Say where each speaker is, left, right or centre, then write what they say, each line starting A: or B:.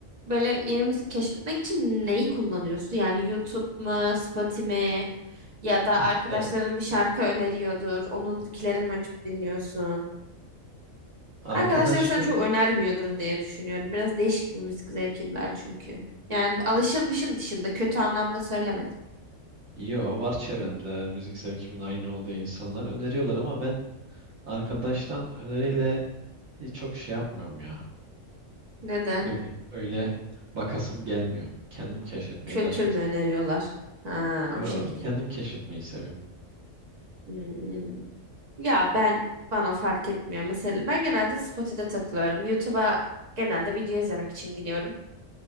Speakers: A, on the right; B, on the right.
A: böyle yeni müzik keşfetmek için neyi kullanıyorsun? Yani YouTube mu, Spotify mi? Ya
B: İkisini
A: da arkadaşların
B: de
A: bir şarkı öneriyordur. Onunkileri mi açıp dinliyorsun?
B: arkadaşlarımın
A: Arkadaşların sana çok önermiyordur diye düşünüyorum. Biraz değişik bir müzik zevkin var çünkü. Yani alışılmışın dışında kötü anlamda söylemedim.
B: yo var çevremde müzik zevkimin aynı olduğu insanlar öneriyorlar ama ben arkadaştan öneriyle hiç çok şey yapmıyorum ya.
A: Neden?
B: Ne bileyim öyle bakasım gelmiyor. Kendim keşfetmeyi
A: Kötü
B: daha çok
A: mü
B: seviyorum.
A: öneriyorlar? Ha,
B: Yo,
A: o şekil.
B: kendim keşfetmeyi seviyorum.
A: Hmm. Ya ben bana fark etmiyor. Mesela ben genelde Spotify'da takılıyorum. YouTube'a genelde video izlemek için gidiyorum.